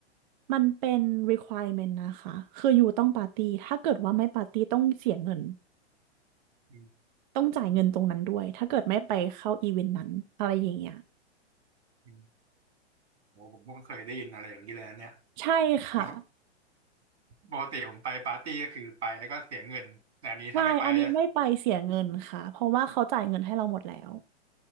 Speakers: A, on the right; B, on the right.
A: มันเป็น requirement นะคะคืออยู่ต้องปาร์ตี้ถ้าเกิดว่าไม่ปาร์ตี้ต้องเสียเงิน
B: อืม
A: ต้องจ่ายเงินตรงนั้นด้วย ถ้าเกิดไม่ไปเข้าอีเวนต์นั้นอะไรอย่างเงี้ย
B: อืมโหผมเพิ่งเคยได้ยินอะไรอย่างนี้เลยนะเนี่ย
A: ใช่ค่ะ
B: ปกติปกติผมไปปาร์ตี้ก็คือไปแล้วก็เสียเงินแต่อันนี้ถ้าไม่ไปก็จะ
A: ใช่อันนี้ไม่ไปเสียเงินค่ะเพราะว่าเขาจ่ายเงินให้เราหมดแล้ว